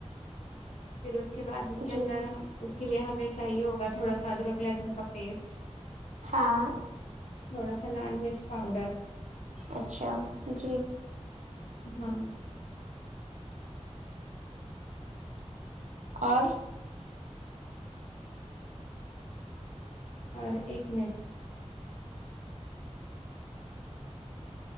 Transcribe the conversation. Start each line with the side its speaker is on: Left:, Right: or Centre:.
Left: پھر اس کے بعد اس کے
Right: جی
Left: اندر آں اس کے لیے ہمیں چاہیے ہوگا تھوڑا سا ادرک لہسن کا پیسٹ
Right: ہاں
Left: تھوڑا سا لال مرچ پؤڈر
Right: اچھا جی
Left: ہاں
Right: اور
Left: اور ایک منٹ